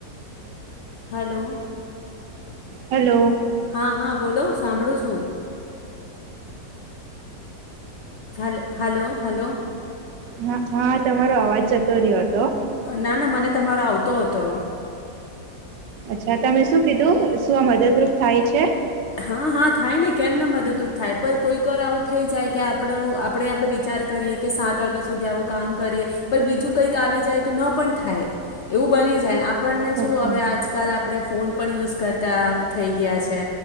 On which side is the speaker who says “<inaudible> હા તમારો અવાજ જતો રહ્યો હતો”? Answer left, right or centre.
Right